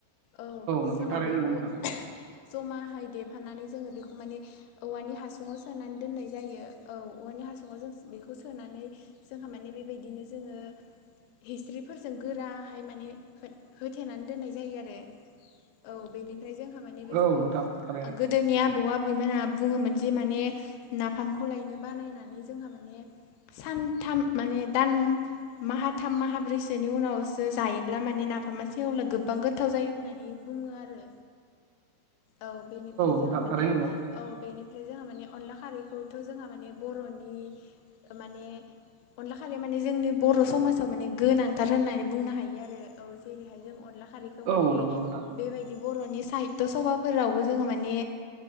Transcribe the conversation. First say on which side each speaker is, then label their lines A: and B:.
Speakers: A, on the left; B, on the right.
A: औ
B: नंगौ
A: जोंहा
B: थारैनो
A: बेखौ
B: नंगौ नोंथां
A: जमाहाय देफानानै जोंङो बेखौ माने औवानि हासुवा सोनानै दोननाय जायो औ औवानि हासुंङाव जों बेखौ सोनानै जोंहा माने बेबायदिनो जोंङो हिस्रिफोरजों गोराहाय माने होथेनानै दोननाय जायो आरो औ बेनिफ्राय जोंहा माने बेखौ
B: औ नोंथां थारैनो
A: गो दिनै आबौ आबैमोनहा बुङोमोन जे माने नाफामखौ लायनो बानायनानै जोंहा माने सानथाम माने दान माहा थाम माहाब्रैसोनि उनावसो जायोब्ला माने ना नाफामा सेवोब्ला गोबां गोथाव जायो होननानै बुंङो आरो औ बेनिफ्राय
B: नोंथां
A: जोंहा माने
B: थारैनो नंगौ
A: औ बेनिफ्राय जोंहा माने अनला खारैखौथ' जोंहा माने बर'नि माने अनला खालि माने जोंनि बर' समाजाव माने गोनांथार होननानै बुंनो हायो आरो जेरैहाय जों अनला खारिखौ
B: औ
A: मान
B: नंगौ नोंथां
A: बेबायदि बर'नि साहित्य सभा फोरावबो जोंङो माने